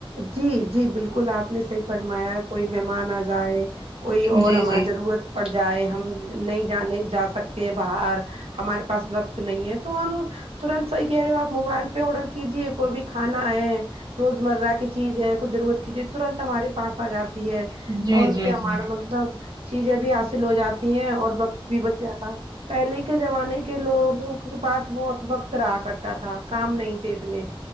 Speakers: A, on the right; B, on the right.
A: جی جی بالکل آپ نے صحیح فرمایا کوئی مہمان آ جائے کوئی اور
B: جی
A: ہمار
B: جی
A: ضرورت پڑ جائے ہم نہیں جانے جا سکتے ہیں باہر ہمارے پاس وقت نہیں ہے تو ہم ترنت صحیح کہہ رہے ہو آپ موبائل پہ آرڈر کیجیے کوئی بھی کھانا ہے روز مرہ کی چیز ہے کچھ ضرورت کی چیز ترنت ہمارے پاس آ جاتی ہے
B: جی
A: اور اس
B: جی
A: سے ہمارا
B: جی
A: مطلب چیزیں بھی حاصل ہو جاتی ہیں اور وقت بھی بچ جاتا پہلے کے زمانے کے لوگوں کے پاس بہت وقت رہا کرتا تھا کام نہیں تھے اتنے